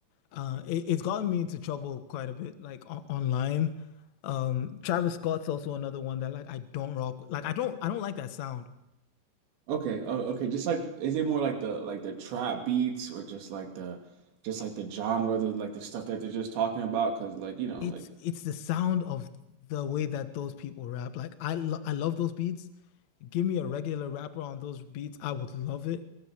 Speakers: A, on the left; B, on the right.
A: Uh, it, it's gotten me into trouble quite a bit, like on online. Um, Travis Scott's also another one that like I don't rock. Like I don't, I don't like that sound.
B: Okay, oh, okay. Just like, is it more like the like the trap beats or just like the just like the genre, the like the stuff that they're just talking about? Because like you know,
A: It's
B: like
A: it's the sound of the way that those people rap. Like I lo I love those beats. give me a regular rapper on those beats, I would love it.